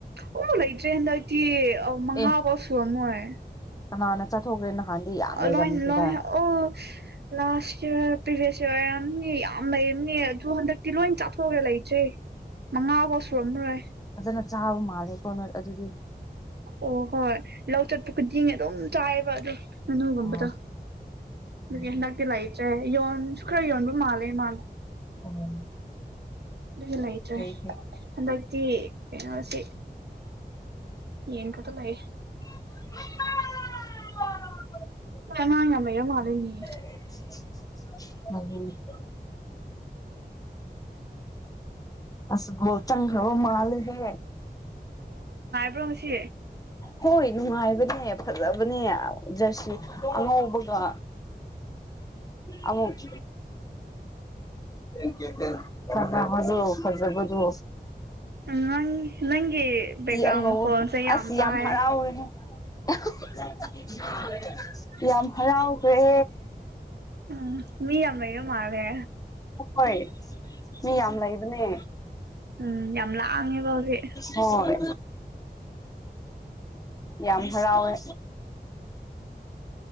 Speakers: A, on the right; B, on the left.
A: ꯑꯣ ꯂꯩꯇ꯭ꯔꯦ ꯍꯟꯗꯛꯇꯤ ꯃꯉꯥ
B: ꯑꯦ
A: ꯕꯥꯎ ꯁꯨꯔꯝꯃꯣꯏ
B: ꯀꯅꯥꯅ ꯆꯥꯊꯣꯛꯈ꯭ꯔꯦ ꯅꯍꯥꯟꯗꯤ ꯌꯥꯝ
A: ꯑꯣ
B: ꯂꯩꯔꯝꯈꯤꯗꯥꯏ
A: ꯂꯣꯏꯟ ꯂꯣꯏꯟ ꯑꯣ ꯂꯥꯁ ꯏꯌꯥꯔ ꯄ꯭ꯔꯤꯚꯤꯌꯁ ꯏꯔ ꯑꯣꯏꯔꯝꯅꯤ ꯌꯥꯝ ꯂꯩꯔꯝꯅꯦ ꯑꯗꯨ ꯍꯟꯗꯛꯇꯤ ꯂꯣꯏ ꯆꯥꯊꯣꯛꯑꯒ ꯂꯩꯇ꯭ꯔꯦ ꯃꯉꯥꯕꯥꯎ ꯁꯨꯔꯝꯃꯔꯣꯏ
B: ꯐꯖꯅ ꯆꯥꯕ ꯃꯥꯜꯂꯦꯀꯣ ꯅꯣꯏ ꯑꯗꯨꯗꯤ
A: ꯑꯣ ꯍꯣꯏ ꯂꯧ ꯆꯠꯄ ꯈꯨꯗꯤꯡ ꯑꯗꯨꯝ ꯆꯥꯏꯑꯕ ꯑꯗꯨ ꯉꯥꯅꯨꯒꯨꯝꯕꯗꯣ
B: ꯑꯣ ꯐꯔꯦꯅꯦ
A: ꯑꯗꯨꯒꯤ ꯍꯟꯗꯛꯇꯤ ꯂꯩꯇ꯭ꯔꯦ ꯌꯣꯟꯁꯨ ꯈꯔ ꯌꯣꯟꯕ ꯃꯥꯜꯂꯦ ꯏꯃꯥ
B: ꯑꯣ
A: ꯑꯗꯨꯒꯤ ꯂꯩꯇ꯭ꯔꯦ
B: ꯐꯩ ꯐꯩ
A: ꯍꯟꯗꯛꯇꯤ ꯀꯩꯅꯣꯁꯤ ꯌꯦꯟꯈꯛꯇꯥ ꯂꯩ
B: <unintelligible>
A: ꯅꯣꯏ ꯑꯉꯥꯡ ꯌꯥꯝ ꯂꯩꯔꯥ ꯃꯥꯜꯂꯤꯅꯦ
B: <unintelligible> ꯑꯁ ꯒꯣꯜ ꯆꯟꯈ꯭ꯔꯕ ꯃꯥꯜꯂꯤꯍꯦ
A: ꯔꯨꯝꯁꯤ
B: ꯍꯣꯏ ꯅꯨꯡꯉꯥꯏꯕꯅꯦ ꯐꯖꯕꯅꯦ ꯖꯔꯁꯤ ꯑꯉꯧꯕꯒ
A: <inaudible>
B: ꯑꯃꯨꯛ <unintelligible> ꯐꯖꯕꯗꯨ
A: ꯎꯝ ꯅꯪ ꯅꯪꯒꯤ ꯕꯦꯛꯒ꯭ꯔꯥꯎꯟ
B: ꯑꯉꯧꯕ
A: ꯃꯈꯣꯜꯁꯦ ꯌꯥꯝ
B: ꯑꯁ
A: ꯇꯥꯏ
B: <unintelligible> <unintelligible> ꯌꯥꯝ ꯍꯔꯥꯎꯒ꯭ꯔꯦ
A: ꯎꯝ ꯃꯤ ꯌꯥꯝ ꯂꯩꯕ ꯃꯥꯜꯂꯦ
B: ꯍꯣꯏ ꯃꯤ ꯌꯥꯝ ꯂꯩꯕꯅꯦ
A: ꯎꯝ ꯌꯥꯝ ꯂꯥꯡꯉꯦꯕ ꯍꯧꯖꯤꯛ
B: ꯍꯣꯏ ꯌꯥꯝ ꯍꯔꯥꯎꯋꯦ